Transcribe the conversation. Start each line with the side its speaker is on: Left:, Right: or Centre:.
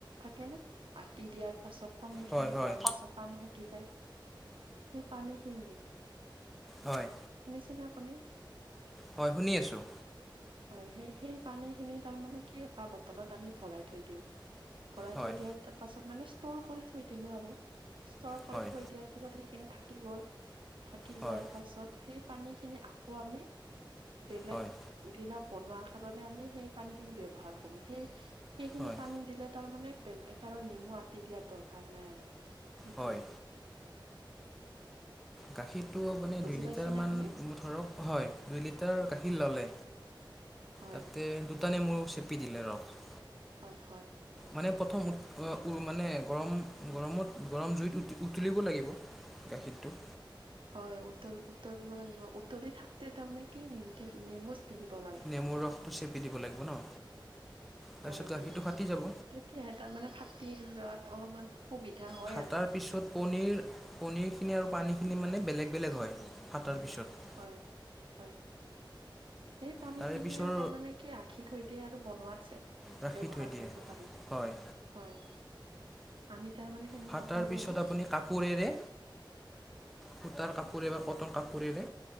Right: থাকে নে? আাটি দিয়াৰ পাছত পনিৰ
Centre: হয়
Right: খিনি ওলোৱাৰ
Centre: হয়
Right: পাছত পানী থাকি যায়। সেই পানীখিনি
Centre: হয়
Right: শুনিছেনে আপুনি?
Centre: হয় শুনি আছোঁ।
Right: হয় স সেই পানীখিনি তাৰে কি এটা বটলত আমি ভৰাই থৈ দিওঁ। ভৰাই
Centre: হয়
Right: থৈ দিয়া তাৰ পাছত মানে ষ্টৰ কৰি থৈ দিলো আৰু। ষ্টৰ কৰি
Centre: হয়
Right: থৈ দিয়াৰ পাছত সেইখিনি থাকি গ'ল থাকি
Centre: হয়
Right: যোৱাৰ পাছত সেই- পানী খিনি আকৌ আমি বেলেগ
Centre: হয়
Right: দিনা বনোৱাৰ কাৰণে আমি সেই পানীখিনি ব্যৱহাৰ কৰো সেই সেইখিনি
Centre: হয়
Right: পানী দিলে তাৰমানানে বেলেগ কাৰণ নেমু আঁকি দিয়াৰ দৰকাৰ নাই আৰু সেইটোয়ে।
Centre: হয় গাখীৰ। টো মানে
Right: বুজি
Centre: দুই লিটাৰ
Right: পাইছেনে আপুনি
Centre: ধৰক হয় দুই লিটাৰ গাখীৰ ল'লে।
Right: হয়
Centre: তাতে দুটানে মোৰ চেপি দিলে ৰস
Right: হয় হয়।
Centre: মানে প্ৰথম মানে গৰম গৰমত গৰম জুইত উতুলিব লাগিব। গাখীৰটো
Right: হয় উতল উতলিব লাগিব উতলি থাকোতে তাৰামানে কি নেমু দিব লাগে
Centre: নেমুৰ ৰসটো চেপি দিব লাগিব ন? তাৰপিছত
Right: হয়
Centre: গাখীৰটো
Right: হয়
Centre: ফাটি যাব
Right: তেতিয়াহে তাৰ মানে ফাটি যোৱাত অলপমান সুবিধা হয়
Centre: ফাতাৰ
Right: আৰু
Centre: পিছত পনিৰ পনিৰ খিনি আৰু পানী খিনি মানে বেলেগ বেলেগ হয় তাৰপিছত
Right: হয় হয়। সেই পানী
Centre: তাৰে
Right: খিনিয়ে
Centre: পিছৰ
Right: তাৰমানানে কি ৰাখি থৈ দিয়ে আৰু বনোৱাতছে
Centre: ৰাখি
Right: ব্যৱহাৰ
Centre: থৈ দিয়ে
Right: কৰিব পাৰি
Centre: হয়
Right: হয় আমি তাৰ মানে সেনেকোৱা
Centre: ফাটাৰ
Right: কৰো
Centre: পিছত
Right: আৰু
Centre: আপুনি কাপোৰেৰে সূতাৰ কাপোৰে বা
Right: হয়
Centre: কটন কাপোৰেৰে